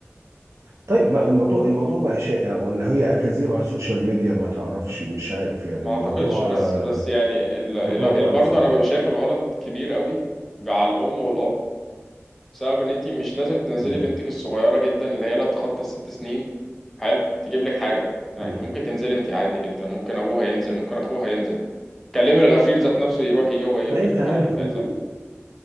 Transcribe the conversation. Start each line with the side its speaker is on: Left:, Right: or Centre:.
Right: طيب ما الموضوع الموضوع بقى شائع ولا هي أكاذيب على السوشيال ميديا ما تعرفش مش عارف يعني
Centre: ما
Right: الموضوع
Centre: اعتقدش بس
Right: آه،
Centre: بس يعني ال-
Right: الموضوع
Centre: ال- ال-
Right: بقى
Centre: برضه
Right: صعب
Centre: انا ببقى شايف الغلط كبير قوي يبقى على الام والاب بسبب ان انت مش لازم تنزلي
Right: مم.
Centre: بنتك الصغيرة جدا اللي هي لا تتخطى الست سنين حلو تجيب لك حاجة يعني
Right: مم.
Centre: انت ممكن تنزلي انت عادي جدا ممكن ابوها ينزل ممكن اخوها ينزل كلمي الغفير ذات نفسه يروح يجي هو يجيب
Right: ما
Centre: لك
Right: انت
Centre: الحاجه
Right: عارف
Centre: اللي انت
Right: ال...
Centre: عايزها